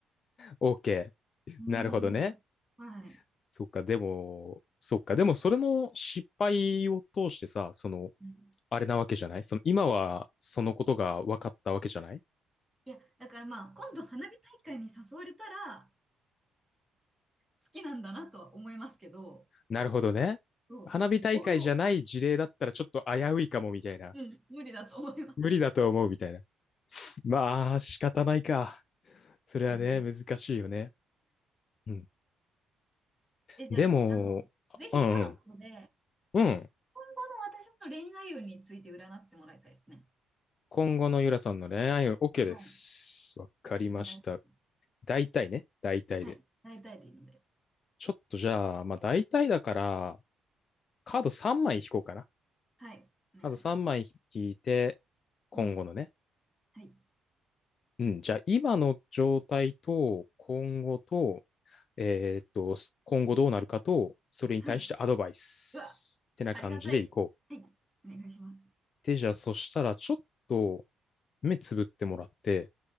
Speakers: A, on the left; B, in the centre.
A: OK。
B: うん。
A: なるほどね。
B: はい。
A: そっか、でも、そっか、でもそれの失敗を通してさ、その、
B: うん
A: あれなわけじゃないその、今はそのことが分かったわけじゃない
B: いや、だからまあ、今度花火大会に誘われたら、好きなんだなとは思いますけど、
A: なるほどね。
B: そう、
A: 花火大会じゃない事例だったらちょっと危ういかもみたいな。
B: 応用、うん、無理だと思います。
A: す無理だと思うみたいな。まあ、仕方ないか。それはね、
B: うん、
A: 難しいよね。うん。
B: え、じゃあ、
A: でも、
B: あの、ぜひタロットで、
A: あうんうん。うん。
B: 今後の私の恋愛運について占ってもらいたいですね。
A: 今後のゆらさんの恋愛運 OK です。
B: はい、
A: わかりました。
B: お願いします。
A: 大体ね。大体で。
B: はい、大体でいいので、
A: ちょっとじゃあ、まあ大体だから、カード3枚引こうかな。
B: はい、お願いします。
A: カード3枚引いて、今後のね。
B: うん、はい、
A: うん。じゃあ今の状態と、今後と、えーっと、今後どうなるかと、それに対してアドバイス。
B: はい、うわ、
A: ってな感じでいこう。
B: ありがたい。はい、お願いします。
A: で、じゃあそしたら、ちょっと目つぶってもらって、